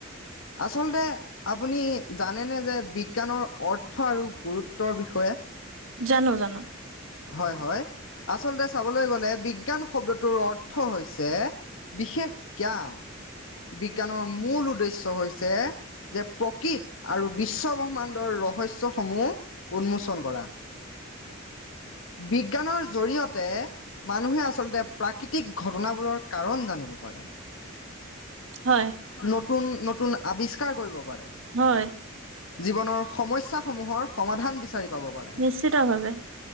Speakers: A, on the left; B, on the right.
A: আচলতে আপুনি জানেনে যে বিজ্ঞানৰ অৰ্থ আৰু গুৰুত্বৰ বিষয়ে?
B: জানো জানো
A: হয় হয় আচলতে চাবলৈ গ'লে বিজ্ঞান শব্দটোৰ অৰ ৰ্থ হৈছে বিশেষ জ্ঞান বিজ্ঞানৰ মূল উদ্দেশ্য হৈছে যে প্ৰকৃত আৰু বিশ্ব ব্ৰহ্মাণ্ডৰ ৰস শস্যসমূহ উন্মোচন কৰা। বিজ্ঞানৰ জৰিয়তে মানুহে আচলতে প্ৰাকৃতিক ঘটনাবোৰৰ কাৰণ জানিব পাৰে।
B: হয়,
A: নতুন নতুন আৱিষ্কাৰ কৰিব পাৰে।
B: হয়।
A: জীৱনৰ সমস্যা সমূহৰ সমাধান বিচাৰি পাব পাৰে।
B: নিশ্চিতভাৱে